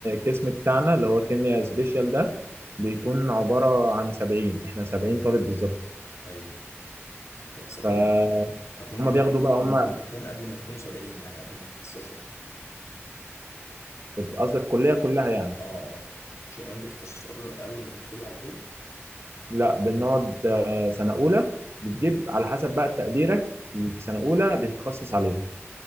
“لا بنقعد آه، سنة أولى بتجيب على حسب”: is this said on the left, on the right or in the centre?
Right